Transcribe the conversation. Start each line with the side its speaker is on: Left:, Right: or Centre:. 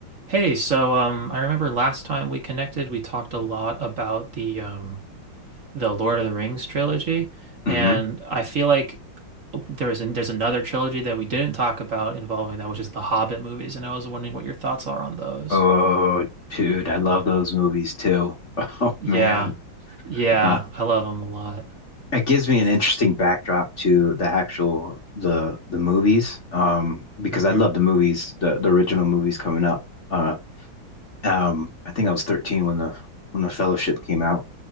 Right: Hey, so um, I remember last time we connected, we talked a lot about the um, the Lord of the Rings trilogy,
Left: hmm
Right: and I feel like there was an, there's another trilogy that we didn't talk about involving that, which is the Hobbit movies, and I was wondering what your thoughts are on those.
Left: Oh, dude, I love those movies too. <laughs> Oh
Right: Yeah,
Left: man,
Right: yeah,
Left: uh,
Right: I love them a lot.
Left: it gives me an interesting backdrop to the actual the the movies, um, because
Right: hmm
Left: I love the movies, the the original movies coming up. Uh, um, I think I was 13 when the when the Fellowship came out.